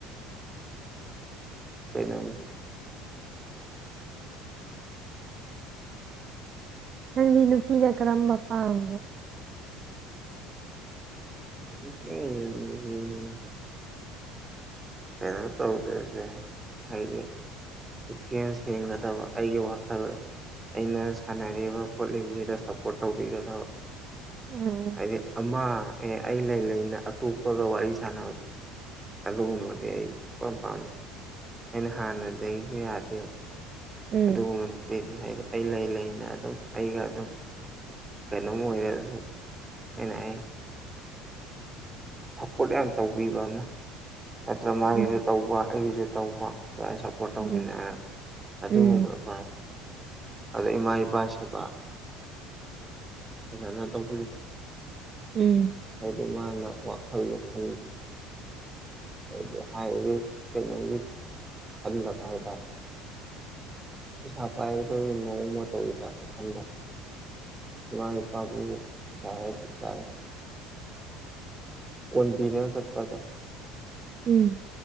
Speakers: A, on the right (about 20°); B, on the right (about 40°).
A: ꯀꯩꯗꯣꯅꯣ
B: ꯅꯪꯗꯤ ꯅꯨꯄꯤꯅ ꯀꯔꯝꯕ ꯄꯥꯝꯒꯦ
A: <unintelligible> ꯀꯩꯅꯣ ꯇꯧꯗꯔꯤꯁꯦ ꯍꯥꯏꯗꯤ ꯄꯨꯛꯆꯦꯟ ꯁꯦꯡꯒꯗꯕ ꯑꯩꯒꯤ ꯋꯥꯈꯜ ꯑꯩꯅ ꯁꯥꯟꯅꯔꯤꯕ ꯈꯣꯠꯂꯤꯁꯤꯗ ꯁꯞꯄꯣꯔꯠ ꯇꯧꯕꯤꯒꯗꯕ
B: ꯎꯝ
A: ꯍꯥꯏꯗꯤ ꯑꯝꯃ ꯑꯦ ꯑꯩ ꯂꯩ ꯂꯩꯅ ꯑꯇꯣꯞꯄꯒ ꯋꯥꯔꯤ ꯁꯥꯟꯅꯕ ꯑꯗꯨꯒꯨꯝꯕꯅꯤ ꯑꯩ ꯑꯩꯅ ꯍꯥꯟꯅꯗꯒꯤꯁꯨ ꯌꯥꯗꯦꯕ
B: ꯎꯝ
A: ꯑꯗꯨꯒꯨꯝꯕ ꯅꯨꯄꯤꯗꯤ ꯍꯥꯏꯗꯤ ꯑꯩ ꯂꯩ-ꯂꯩꯅ ꯑꯗꯨꯝ ꯑꯩꯒ ꯑꯗꯨꯝ ꯀꯩꯅꯣꯝ ꯑꯣꯏꯔꯥꯁꯨ ꯑꯩꯅ ꯑꯩ ꯁꯞꯄꯣꯔꯠ ꯌꯥꯝ ꯇꯧꯕꯤꯕ ꯑꯃ ꯅꯠꯇ꯭ꯔꯥ ꯃꯥꯒꯤꯁꯨ
B: ꯎꯝ
A: ꯇꯧꯕ ꯑꯩꯒꯤꯁꯨ ꯇꯧꯕ ꯑꯗꯨꯃꯥꯏꯅ ꯁꯄꯣꯔꯠ ꯇꯧꯃꯤꯟꯅꯦ
B: ꯎꯝ
A: ꯑꯗꯨꯒꯨꯝꯕꯅ
B: ꯎꯝ
A: ꯐ ꯑꯗ ꯏꯃꯥ ꯏꯄꯥ ꯁꯦꯕꯥ ꯐꯖꯅ ꯇꯧꯕꯤꯔꯤꯕ
B: ꯎꯝ
A: ꯍꯥꯏꯗꯤ ꯃꯥꯅ ꯋꯥꯈꯜ ꯈꯜꯂꯤ ꯍꯥꯏꯗꯤ ꯍꯥꯏꯔꯤꯕ ꯀꯩꯅꯣꯒꯤ ꯈꯟꯗꯕ ꯍꯥꯏꯇꯥꯔꯦ ꯄꯩꯁꯥ ꯄꯥꯏꯔꯒ ꯅꯣꯡꯃꯥ ꯇꯧꯏ ꯇꯥꯕꯅꯦ ꯈꯟꯗꯝ ꯃꯥꯏ ꯏꯄꯥꯕꯨ ꯍꯥꯏ-ꯍꯥꯏ ꯀꯨꯠ ꯇꯥꯔꯦ ꯀꯣꯟꯕꯤꯔꯒꯥ ꯆꯠꯄꯗꯣ
B: ꯎꯝ